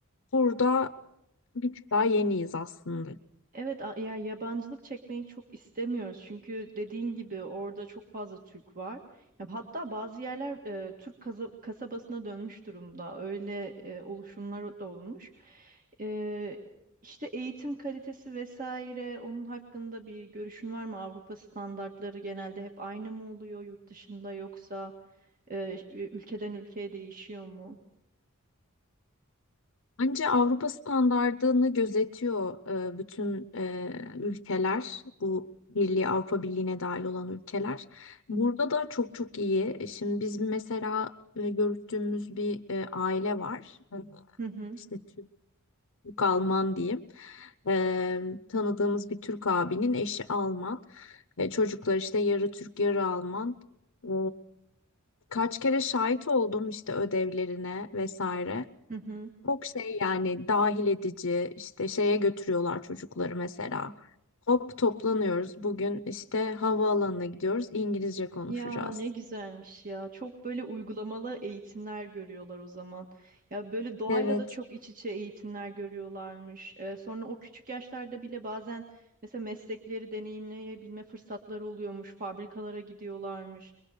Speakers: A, on the left; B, on the right.
A: Burada bir tık daha yeniyiz aslında.
B: Evet, a- ya yabancılık çekmeyi çok istemiyoruz çünkü dediğin gibi orada çok fazla Türk var. Ya hatta bazı yerler e, Türk kaza- kasabasına dönmüş durumda. Öyle e, oluşumlar da olmuş. E, işte eğitim kalitesi vesaire onun hakkında bir görüşün var mı? Avrupa standartları genelde hep aynı mı oluyor yurt dışında yoksa e, ülkeden ülkeye değişiyor mu?
A: Bence Avrupa standardını gözetiyor e, bütün e, ülkeler, bu birliği Avrupa Birliği'ne dahil olan ülkeler. Burada da çok çok iyi. E, Şimdi biz mesela e, görüştüğümüz bir e, aile var. E,
B: Hı hı.
A: İşte Türk, Türk Alman diyeyim. E, tanıdığımız bir Türk abinin eşi Alman. E, çocuklar işte yarı Türk yarı Alman. E, kaç kere şahit oldum işte ödevlerine vesaire.
B: Hı hı.
A: Çok şey yani dahil edici işte şeye götürüyorlar çocukları mesela. Hop toplanıyoruz bugün işte havaalanına gidiyoruz İngilizce konuşacağız.
B: Ya ne güzelmiş ya. Çok böyle uygulamalı eğitimler görüyorlar o zaman. Ya böyle doğayla
A: Evet.
B: da çok iç içe eğitimler görüyorlarmış. Ee, sonra o küçük yaşlarda bile bazen mesela meslekleri deneyimleyebilme fırsatları oluyormuş. Fabrikalara gidiyorlarmış.